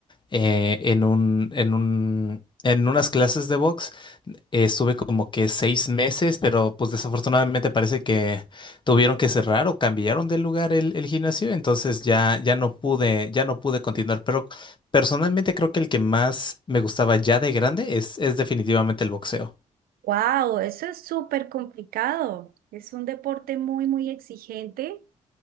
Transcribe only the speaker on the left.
eh, en un, en un, en unas clases de box. Eh, estuve como que seis meses, pero pues desafortunadamente parece que tuvieron que cerrar o cambiaron de lugar el, el gimnasio, entonces ya, ya no pude, ya no pude continuar. Pero personalmente creo que el que más me gustaba ya de grande es, es definitivamente el boxeo.